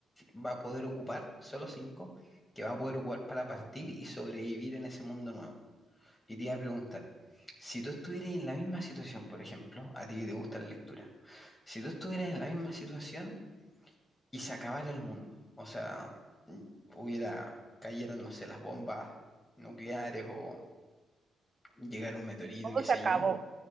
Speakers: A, on the left; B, on the right.
A: va a poder ocupar, solo cinco, que va a poder ocupar para partir y sobrevivir en ese mundo nuevo. Y te iba a preguntar, si tú estuvieras en la misma situación, por ejemplo, a ti que te gusta la lectura, Si tú estuvieras en la misma situación y se acabara el mundo, o sea, mm, hubiera, cayeran, no sé, las bombas nucleares o llegara un meteorito,
B: todo
A: qué sé
B: se acabó.
A: yo,